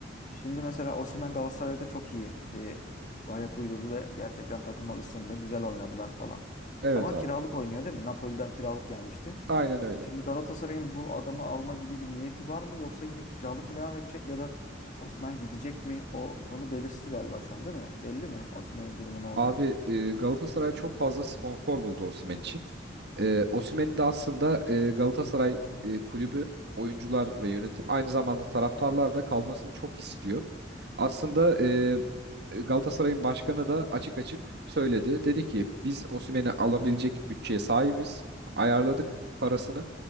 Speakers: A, on the left (about 45°); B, on the right (about 60°).
A: Şimdi mesela Osimhen Galatasaray'da çok iyi e, ayak uydurdu ve gerçekten takıma ısındı. Güzel oynadılar falan.
B: Evet
A: Ama
B: abi.
A: kiralık oynuyor değil mi? Napoli'den kiralık gelmişti.
B: Aynen öyle.
A: Şimdi Galatasaray'ın bu adamı alma gibi bir niyeti var mı? Yoksa yine kiralık mı devam edecek ya da Osimhen gidecek mi? O konu belirsiz galiba şu an değil mi? Belli mi? Osimhen'in durumu ne olacak?
B: Abi e, Galatasaray çok fazla sponsor buldu Osimhen için. E, Osimhen'i de aslında e, Galatasaray e, kulübü, oyuncular ve yönetim aynı zamanda taraftarlar da kalmasını çok istiyor. Aslında e, Galatasaray'ın başkanı da açık açık söyledi. Dedi ki biz Osimhen'i alabilecek bütçeye sahibiz. Ayarladık parasını.